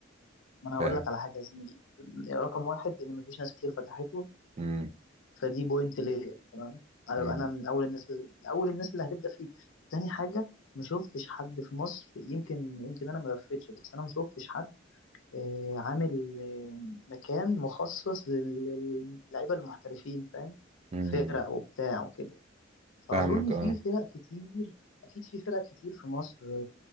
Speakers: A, on the left (about 85°); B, on the right (about 35°).
A: ما أنا
B: فاهم
A: هقول لك على حاجة يا زميلي رقم واحد إن مفيش ناس كتير فتحته
B: امم
A: فدي بوينت ليه تمام هبقى
B: امم
A: انا من اول الناس من اول الناس اللي هتبدا فيه تاني حاجه ما شفتش حد في مصر يمكن يمكن انا ما لفتش بس انا ما شفتش حد آه، عامل آه، مكان مخصص لل- للعيبه المحترفين فاهم
B: امم
A: فرق وبتاع وكده فاظن
B: فاهمك
A: في
B: اه
A: فرق كتير اكيد في فرق كتير في مصر